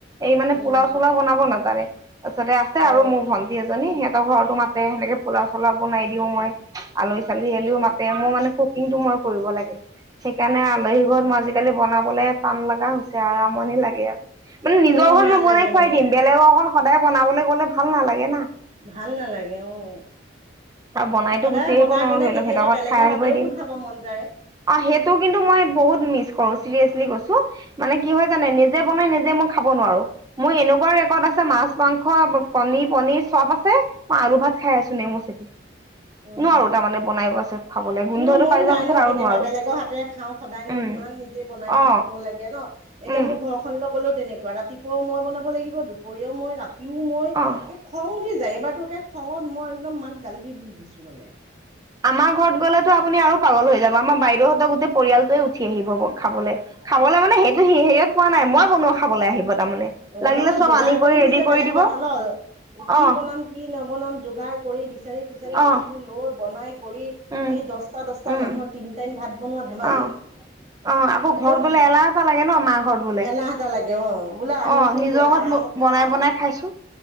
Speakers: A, on the right; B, on the right.
A: এই মানে
B: উম
A: পোলাও চোলাও বনাব নাজানে। তাৰপিছতে আছে
B: অ
A: আৰু মোৰ ভণ্টি এজনী সিহঁতৰ ঘৰতো মাতে সেনেকে পোলাও চোলাও বনাই দিওঁ মই। আলহী চালহী আহিলেও
B: অ
A: মাতে মোৰ মানে কুকিংটো মই কৰিব লাগে, সেইকাৰণে আলহী ঘৰত আজিকালি বনাব টান লাগা হৈছে আৰু আমনি লাগে আৰু মানে
B: এ
A: নিজৰখন
B: মোৰো বেয়া
A: মই
B: লাগে
A: বনাই খুৱাই
B: মানে
A: দিম বেলেগক অকন সদায় বনাবলৈ গ'লে ভাল নালাগে না।
B: ভাল নালাগে অ'
A: আৰু বনাইতো
B: এ সদায়
A: গুচি আহিব
B: বনাই
A: নোৱাৰো
B: বনাই
A: ধৰি
B: কেতিয়াবা
A: লওক সিহঁতৰ ঘৰত
B: বেলেগৰ
A: খাই আহিবই
B: হাতেওতো
A: দিম।
B: খাব মন যায়।
A: অ সেইটো কিন্তু মই বহুত মিছ কৰো চিৰিয়েছলি কৈছো মানে কি হয় জানে নিজে বনাই নিজে মই খাব নোৱাৰো। মোৰ এনেকুৱা ৰেকৰ্ড আছে মাছ, মাংস, কনী, পনিৰ চব আছে। মই আলু ভাত খাই আছো নেমু চেপি।
B: উম,
A: নোৱাৰো তাৰমানে বনাই পাছত খাবলৈ গোন্ধটো
B: নহয় মন
A: পাই যোৱাৰ
B: যায়
A: পাছত
B: ন
A: আৰু
B: কেতিয়াবা
A: নোৱাৰো
B: বেলেগৰ হাতেৰে খাও। সদায়নো
A: উম।
B: কিমান নিজে বনাই
A: অ
B: থাকিব লাগে ন, এতিয়া
A: উম
B: মোৰ ঘৰ খনলৈ গ'লেও তেনেকুৱা ৰাতিপুৱাও মই বনাব লাগিব দুপৰীয়াও মই ৰাতিও মই
A: অ।
B: খং উঠি যায় এইবাৰতোকে খঙত মই একদম মাক গালি দি দি দিছো মানে।
A: আমাৰ ঘৰত গ'লেতো আপুনি আৰু পাগল হৈ যাব আমাৰ বাইদেউহঁতৰ গোটেই পৰিয়ালটোৱে উঠি আহিব খাবলৈ। খাবলৈ মানে সেইটো হেৰিয়ত পোৱা নাই মই বনোৱা খাবলৈ আহিব তাৰমানে।
B: অ
A: লাগিলে
B: নহয়
A: চব
B: যোগাৰ
A: আনি
B: কৰি
A: ৰেডি
B: দিছে বেলেগ
A: দিব
B: কথা ন। কি
A: আহ
B: বনাম কি নবনাম যোগাৰ কৰি বিচাৰি খুচাৰি
A: আহ
B: বস্তু লৈ বনাই কৰি
A: উম
B: এই দচটা দচটা
A: উম
B: মানুহৰ তিনি টাইম ভাত বনোৱা ধেমালি,
A: আহ অ আকৌ
B: একদম
A: ঘৰত গ'লে এলাহ এটা লাগে ন মা ঘৰত গ'লে
B: এলাহ এটা লাগে অ' বোলে আহিছো
A: অ' নিজৰ ঘৰত
B: আৰামত খাওঁ
A: বনাই বনাই খাইছোঁ।